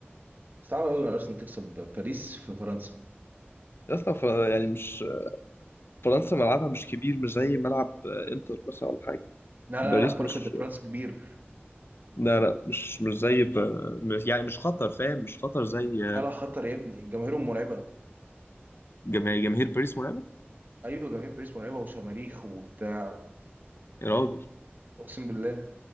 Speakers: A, on the right; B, on the left.
A: صعب قوي ان ارسنال تكسب باريس في فرنسا
B: يا اسطى ف- يعني مش فرنسا ملعبها مش كبير مش زي ملعب آه، انتر مثلا ولا حاجه
A: لا
B: باريس
A: لا لا بارك
B: مش
A: دي برانس كبير
B: لا لا مش مش زي ب... مش- يعني مش خطر فاهم مش خطر زي
A: لا
B: آه،
A: لا خطر يا ابني جماهيرهم مرعبة
B: جما- جماهير باريس مرعبه
A: أيوة جماهير باريس مرعبة وشماريخ وبتاع
B: يا راجل
A: أقسم بالله